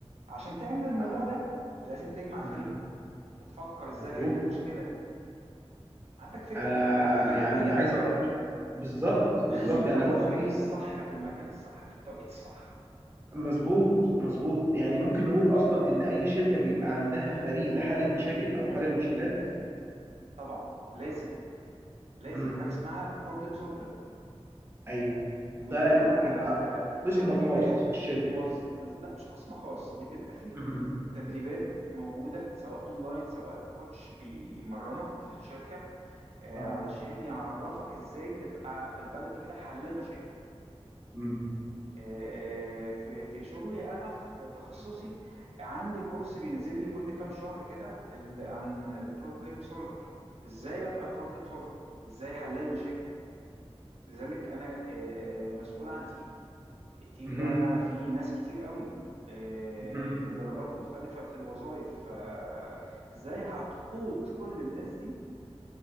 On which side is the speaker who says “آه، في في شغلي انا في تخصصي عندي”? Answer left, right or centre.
Right